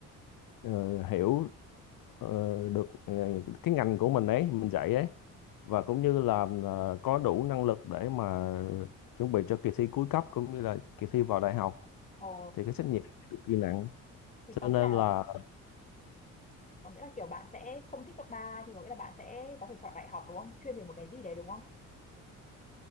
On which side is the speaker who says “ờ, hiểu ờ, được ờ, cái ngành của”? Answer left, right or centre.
Left